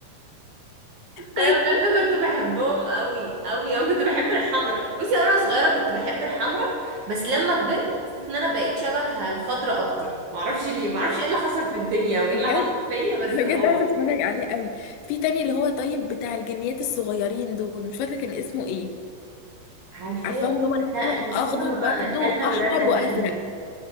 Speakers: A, on the right; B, on the left.
A: انا
B: <laughs> وانت
A: بجد كنت بحبهم قوي قوي انا كنت بحب الحمرا بصي انا صغيره كنت بحب الحمرا بس لما كبرت حسيت ان انا بقيت شبه الخضرا اكتر معرفش ليه معرفش ايه اللي حصل في الدنيا وايه
B: بجد
A: اللي حصل فيا بس
B: انا بجد
A: اه
B: عايزه اتفرج عليه قوي في تاني اللي هو طيب بتاع الجنيات الصغيرين دول مش فاكره كان اسمه ايه
A: عارفاه
B: عارفاهم اللي هو
A: كان
B: لونهم
A: كان
B: اخضر
A: اسمهم
B: برضو
A: تنة
B: واحمر
A: ورنة
B: وازرق
A: تقريبا